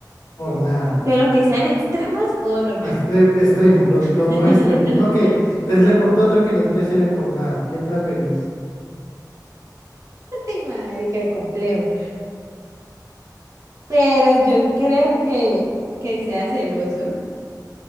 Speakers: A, on the left; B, on the right.
A: Por nada.
B: pero que sean extremos o normal.
A: Extre- extremo, los, los
B: <laughs>
A: dos extremos. Uno que te cele por todo, otro que no te cele por nada. ¿Qué preferís?
B: Ay, marica qué complejo. Pero yo creo que, que sea celoso.